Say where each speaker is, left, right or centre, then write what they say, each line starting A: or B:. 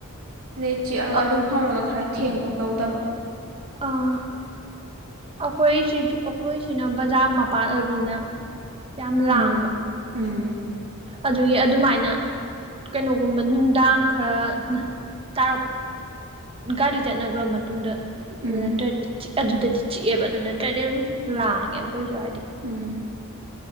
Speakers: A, on the right (about 80°); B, on the right (about 25°).
A: ꯑꯗꯩ ꯆꯤꯛꯑꯒ
B: ꯑ
A: ꯑꯗꯨꯝ ꯍꯧꯔꯒ ꯈꯔ ꯊꯦꯡꯕ ꯇꯧꯗꯕ
B: ꯑꯥ ꯑꯩꯈꯣꯏꯁꯨ ꯑꯩꯈꯣꯏꯁꯤꯅ ꯕꯖꯥꯔ ꯃꯄꯥꯥꯟ ꯑꯣꯏꯕꯅꯤꯅ ꯌꯥꯝ
A: ꯎꯝ
B: ꯂꯥꯡꯕ
A: ꯎꯝ
B: ꯑꯗꯨꯒꯤ ꯑꯗꯨꯃꯥꯏꯅ ꯀꯩꯅꯣꯒꯨꯝꯕ ꯅꯨꯡꯗꯥꯡ ꯈꯔ ꯇꯥꯔꯛ ꯒꯥꯔꯤ ꯆꯠꯅꯒ꯭ꯔꯝꯃ ꯃꯇꯨꯡꯗ
A: ꯎꯝ
B: ꯑꯗꯨ ꯅꯠꯇ꯭ꯔꯗꯤ ꯑꯗꯨꯗꯗꯤ ꯆꯤꯛꯑꯦꯕ ꯑꯗꯨ ꯅꯠꯇ꯭ꯔꯗꯤ ꯑꯗꯨꯝ ꯂꯥꯡꯉꯦ ꯑꯩꯈꯣꯏꯁꯨ ꯍꯥꯏꯗꯤ
A: ꯎꯝ